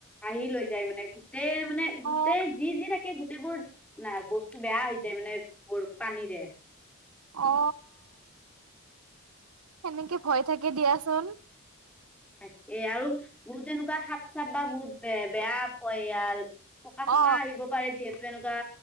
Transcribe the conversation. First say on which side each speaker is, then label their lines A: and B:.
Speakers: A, in the centre; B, on the right (about 80°).
A: আহি লৈ যায় মানে গোটেই মানে গোটেই
B: অ
A: যি যি থাকে গোটেইবোৰ বস্তু বেয়া হৈ যায় মানে বোৰ পানীৰে
B: অ সেনেকে ভয় থাকে দিয়াচোন
A: তাকেই আৰু বহুত তেনেকুৱা সাপ চাপ বা বহুত বে বেয়া পয়াল পকা
B: অ
A: চকা আহিব পাৰে যিহেতু এনেকুৱা